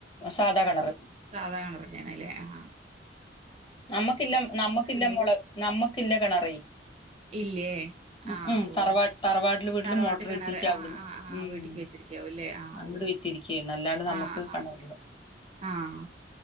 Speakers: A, on the left; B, on the right.
A: സാധാ കിണർ
B: സാധാ കിണറനാന്ന് അല്ലേ ആഹ്
A: നമ്മക്കില്ല നമ്മക്കില്ല
B: ഉണ്ട്
A: മുള നമ്മക്കില്ല കിണറേ
B: ഇല്ലേ
A: ഉം
B: ആ
A: ഉം
B: ഓ
A: തർവാട്ട തറവാട്ട വീട്ടിൽ വീട്ടിൽ
B: തറവാട്ട്
A: മോട്ടർ
B: കിണറ്
A: വെച്ചിരിക്ക
B: ആഹ്
A: അവിടന്ന്
B: ആഹ് ആഹ്
A: ഉം
B: വീട്ടിക്ക് വെച്ചിരിക്കാവുല്ലേ ആഹ്
A: അങ്ങട്
B: ഓ
A: വെച്ചിരിക്ക അല്ലാണ്ട് നമ്മുക്ക്
B: ആഹ്
A: <unintelligible>
B: ആഹ് ആഹ്